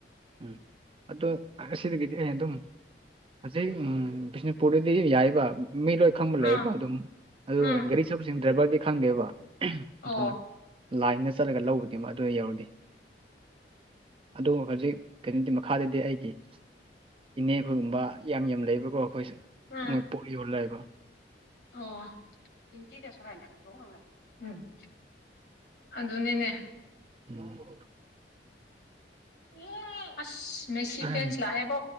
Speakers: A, on the right; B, on the left.
A: ꯎꯝ ꯑꯗꯣ ꯑꯁꯤꯗꯒꯤꯗꯤ ꯑꯩ ꯑꯗꯨꯝ ꯍꯧꯖꯤꯛ ꯎꯝ ꯕꯤꯁꯅꯨꯄꯨꯔꯗꯗꯤ ꯌꯥꯏꯕ ꯃꯤ ꯂꯣꯏ ꯈꯪꯕ ꯂꯩꯌꯦꯕ
B: ꯑꯥ
A: ꯑꯗꯨꯝ ꯑꯗꯨ
B: ꯑꯥ
A: ꯒꯥꯔꯤ ꯆꯠꯄꯁꯤꯡ ꯗ꯭ꯔꯥꯏꯚꯔꯗꯤ ꯈꯪꯗꯦꯕ ꯑꯗꯨꯅ
B: ꯑꯣ
A: ꯂꯥꯏꯟꯗ ꯆꯠꯂꯒ ꯂꯧꯕꯗꯤꯃꯛ ꯑꯗꯨꯗ ꯌꯧꯔꯗꯦ ꯑꯗꯨ ꯍꯧꯖꯤꯛ ꯀꯩꯅꯣꯗꯤ ꯃꯈꯥꯗꯗꯤ ꯑꯩꯒꯤ ꯏꯅꯦꯈꯣꯏꯒꯨꯝꯕ ꯌꯥꯝ ꯌꯥꯝ ꯂꯩꯕꯀꯣ ꯑꯩꯈꯣꯏ
B: ꯑꯥ
A: ꯃꯣꯏ ꯄꯣꯠ ꯌꯣꯜꯂꯑꯕ
B: ꯑꯣ ꯏ ꯆꯤꯀ ꯁꯔꯥꯛ <unintelligible> ꯑꯗꯨꯅꯤꯅꯦ
A: ꯎꯝ <unintelligible>
B: ꯎ ꯑꯁ ꯃꯦꯁꯤ
A: ꯎꯝ
B: ꯐꯦꯟꯁ ꯂꯥꯛꯑꯦꯕꯣ